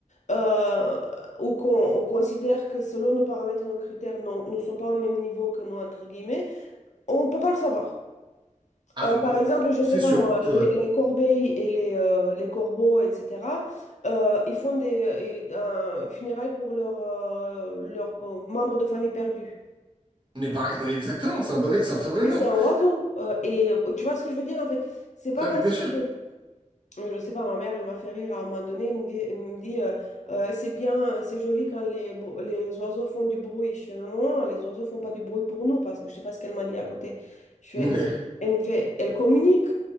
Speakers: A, on the left; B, on the right.
A: euh, ou qu'on on considère que selon nos paramètres, nos critères non- ne sont pas au même niveau que nous, entre guillemets, on ne peut pas le savoir.
B: Ah,
A: Euh, par
B: euh,
A: exemple, je ne sais
B: c'est
A: pas
B: sûr,
A: moi,
B: c'est vrai.
A: les, les corbeilles et les, euh, les corbeaux, etc., euh, ils font des, euh, et- un funérailles pour leurs euh, leurs, euh, membres de famille perdus.
B: Mais pareil, non, mais exactement, c'est un bon, ex- c'est un très bon exemple.
A: Et c'est un oiseau. euh, et tu vois ce que je veux dire, en fait? C'est pas
B: Non,
A: parce
B: mais bien
A: que
B: sûr.
A: Je sais pas, ma mère, elle m'a fait rire à un moment donné. Elle me dit, elle me dit, euh, Euh, c'est bien, c'est joli quand les, bou- les oiseaux font du bruit. Je fais, maman, les oiseaux font pas du bruit pour nous parce que je sais pas ce qu'elle m'a dit à côté. Je fais,
B: <laughs>
A: elle me fait, elle communique.